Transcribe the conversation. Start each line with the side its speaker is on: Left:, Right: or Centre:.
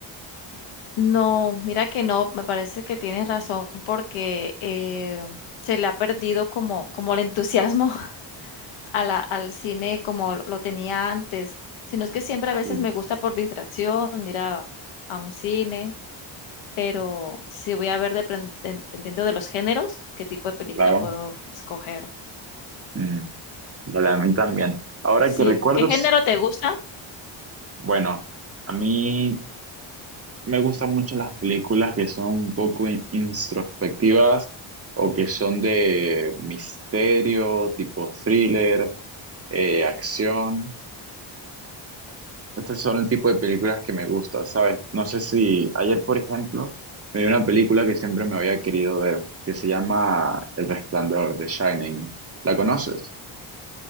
Left: No, mira que no, me parece que tienes razón porque eh, se le ha perdido como, como el entusiasmo <laughs> a la- al cine como lo tenía antes. Sino es que siempre a veces
Right: Sí,
Left: me gusta por distracción ir a, a un cine. pero sí voy a ver dependiendo de los géneros, qué tipo de película
Right: claro.
Left: puedo escoger.
Right: Mm, vale, a mí también. Ahora
Left: Sí,
Right: que recuerdos,
Left: ¿qué género te gusta?
Right: bueno, a mí Me gustan mucho las películas que son un poco in- introspectivas o que son de misterio, tipo thriller, eh, acción. Estos son el tipo de películas que me gusta, ¿sabes? No sé si ayer, por ejemplo, me vi una película que siempre me había querido ver, que se llama El Resplandor, The Shining. ¿La conoces?